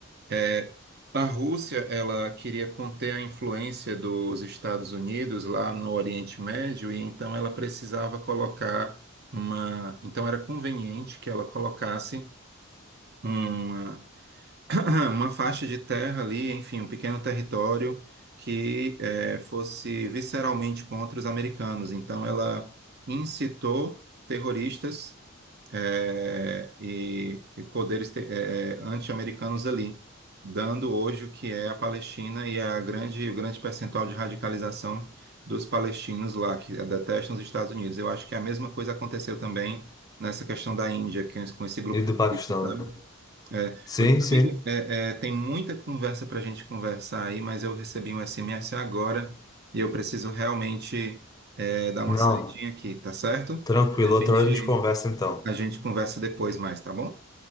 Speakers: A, on the right (about 50°); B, on the left (about 20°).
A: É, a Rússia, ela queria conter a influência dos Estados Unidos lá no Oriente Médio e então ela precisava colocar uma, então era conveniente que ela colocasse uma <clears throat> uma faixa de terra ali, enfim, um pequeno território que eh, fosse visceralmente contra os americanos. Então ela incitou terroristas é, e, e poderes te- é, é, anti-americanos ali, dando hoje o que é a Palestina e a grande, o grande percentual de radicalização dos palestinos lá, que detestam os Estados Unidos. Eu acho que a mesma coisa aconteceu também nessa questão da Índia, que, com esse grupo
B: e do
A: terrorista,
B: Paquistão.
A: sabe?
B: né?
A: É,
B: Sim,
A: pois, amigo,
B: sim.
A: é, é, tem muita conversa para a gente conversar aí, mas eu recebi um SMS agora e eu preciso realmente é, dar uma
B: Não,
A: saidinha aqui, tá certo?
B: tranquilo.
A: A gente
B: Outra hora a gente conversa então.
A: a gente conversa depois mais, tá bom?